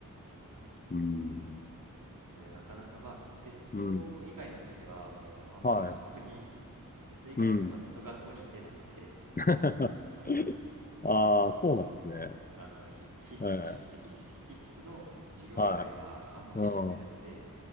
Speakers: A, on the right; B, on the left.
A: はい。
B: うん。
A: なんで、なかなか、まあ、テスト以外の時は、
B: うん。
A: もう、あんまり学校に、
B: はい。
A: テスト以外というか、
B: うん。
A: まあ、ずっと学校に行ってなくて、
B: <laughs>
A: <laughs> あんまり、
B: ああ、そうなんですね。
A: あの、ひ必須、
B: ええ。
A: 出席必須の授業以外は、
B: は
A: あんまり行ってなくて、
B: い。うん。